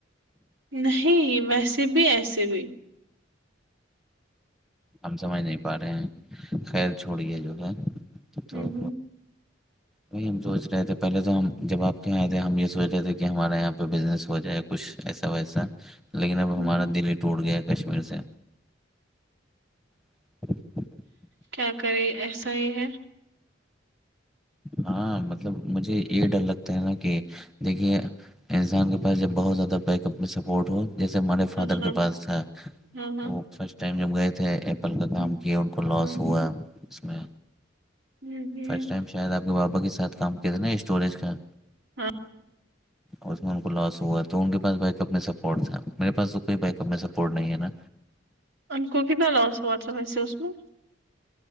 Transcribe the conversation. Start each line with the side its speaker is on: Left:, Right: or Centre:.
Right: نہیں ویسے بھی ایسے بھی
Centre: ہم سمجھ نہیں پا رہے ہیں خیر چھوڑیے جو ہے تو
Right: ہوں ہوں
Centre: وہی ہم سوچ رہے تھے پہلے تو ہم جب آپ کے یہاںئے تھے ہم یہ سوچ رہے تھے کہ ہمارے یہاں پہ بزنس ہو جائے کچھ ایسا ویسا لیکن اب
Right: ہوں
Centre: ہمارا دللی ٹوٹ گیا کشمیر سے <inaudible>
Right: کیا کرے ایسا ہی ہے
Centre: ہاں مطلب مجھے یہ ڈر لگتا ہے نا کہ دیکھیے انسان کے پاس جب بہت زیادہ بیک اپ میں سپورٹ ہو جیسے ہمارے فادر
Right: ہاں ہاں
Centre: کے پاس تھا
Right: ہاں ہاں
Centre: وہ فرسٹ ٹائم جب گئے تھے ایپل کا کام
Right: ہوں
Centre: کیا ان کو لاس
Right: ہوں
Centre: ہوا اس میں
Right: ہوں
Centre: فرسٹ ٹائم شاید آپ کے بابا کے ساتھ کام کیا تھے نا اسٹوریج کا
Right: ہاں
Centre: اس میں ان کو لاس ہوا تو ان کے پاس بیک اپ میں سپورٹ تھا میرے پاس تو کوئی بیک اپ میں سپورٹ نہیں ہے نا
Right: ان کو کنا لوسو وچاس اس میں